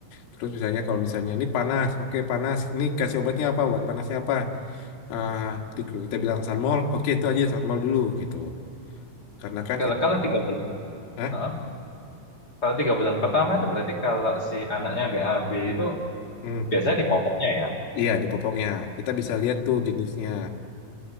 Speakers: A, on the left (about 75°); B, on the left (about 30°).
A: Terus misalnya kalau misalnya ini panas, oke panas. Ini kasih obatnya apa? Buat panasnya apa? Ah, di- kita bilang Sanmol, oke itu aja Sanmol dulu gitu. Karena kan
B: Kalau
A: kita
B: kalau
A: kan,
B: tiga bulan,
A: Hah?
B: Heeh. kalau tiga bulan pertama itu berarti kalau si anaknya BAB itu
A: Hmm.
B: biasanya di popoknya ya.
A: Iya di popoknya kita bisa lihat tuh jenisnya.